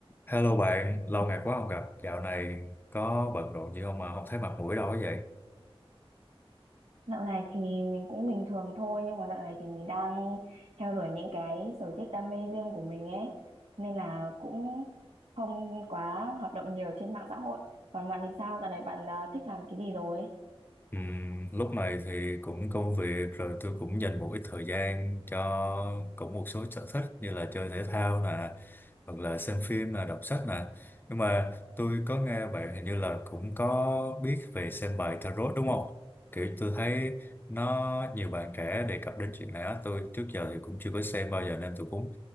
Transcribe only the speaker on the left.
Hello bạn, lâu ngày quá không gặp, dạo này có bận rộn gì không mà không thấy mặt mũi đâu ấy vậy?
Ừm, lúc này thì cũng công việc rồi tôi cũng dành một ít thời gian cho cũng một số sở thích như là chơi thể thao nè hoặc là xem phim nè đọc sách nè nhưng mà tôi có nghe bạn hình như là cũng có biết về xem bài tarot đúng không kiểu tôi thấy nó nhiều bạn trẻ đề cập đến chuyện này á tôi trước giờ thì cũng chưa có xem bao giờ nên tôi cũng